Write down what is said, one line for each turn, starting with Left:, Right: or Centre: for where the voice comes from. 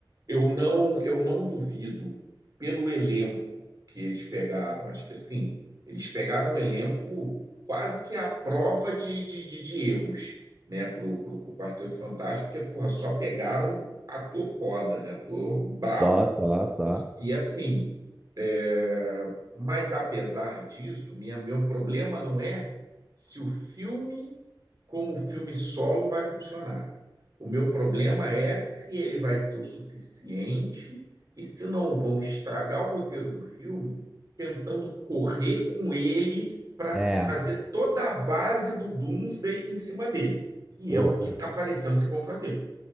Right: Eu não, eu não duvido pelo elenco que eles pegaram. Acho que assim, eles pegaram um elenco quase que à prova de, de, de, de erros, né, pro, pro, pro Quarteto Fantástico, porque, porra, só pegaram ator foda, né, ator brabo.
Centre: Só, só, só.
Right: E assim, é, mas, apesar disso, minha, meu problema não é se o filme, como filme solo, vai funcionar. O meu problema é se ele vai ser o suficiente e se não vão estragar o roteiro do filme tentando correr com ele para
Centre: É,
Right: fazer toda a base do Doomsday em cima dele. E
Centre: pô,
Right: é o
Centre: cara,
Right: que está parecendo que vão fazer,